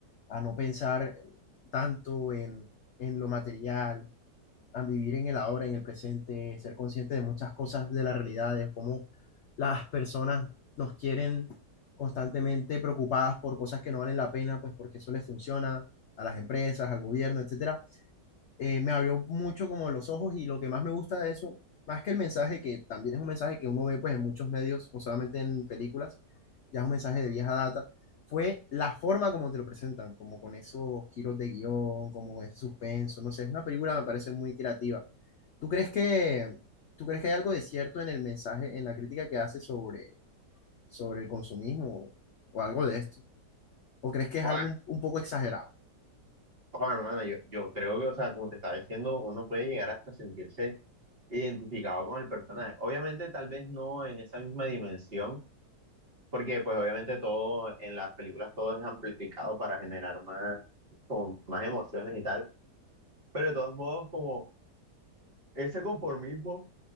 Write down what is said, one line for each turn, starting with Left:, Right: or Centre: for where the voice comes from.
Left: a no pensar tanto en, en lo material a vivir en el ahora, en el presente, ser consciente de muchas cosas de la realidad, de cómo las personas nos quieren constantemente preocupadas por cosas que no valen la pena, pues porque eso les funciona a las empresas, al gobierno, etcétera. Eh, me abrió mucho como los ojos y lo que más me gusta de eso, más que el mensaje, que también es un mensaje que uno ve pues en muchos medios, no solamente en películas, ya es un mensaje de vieja data, fue la forma como te lo presentan, como con esos giros de guión, como ese suspenso, no sé, es una película me parece muy creativa. ¿Tú crees que, tú crees que hay algo de cierto en el mensaje, en la crítica que hace sobre, sobre el consumismo o algo de esto? ¿O crees que es
Right: Joder,
Left: algo un, un poco exagerado?
Right: Oh, hermano, yo, yo creo que, o sea, como te estaba diciendo, uno puede llegar hasta sentirse identificado con el personaje. Obviamente, tal vez no en esa misma dimensión, porque pues obviamente todo en las películas todo es amplificado para generar más, como, más emociones y tal, pero de todos modos como ese conformismo